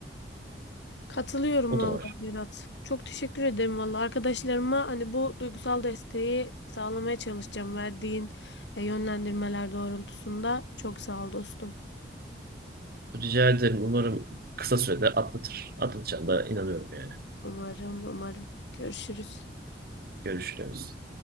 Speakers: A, on the left; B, on the right.
A: Katılıyorum
B: O
A: vallahi
B: da var.
A: Berat. Çok teşekkür ederim vallahi. Arkadaşlarıma hani bu duygusal desteği sağlamaya çalışacağım. Verdiğin e, yönlendirmeler doğrultusunda. Çok sağ ol dostum.
B: Rica ederim. Umarım kısa sürede atlatır. Atlatacağına da inanıyorum yani.
A: Umarım, umarım. Görüşürüz.
B: Görüşürüz.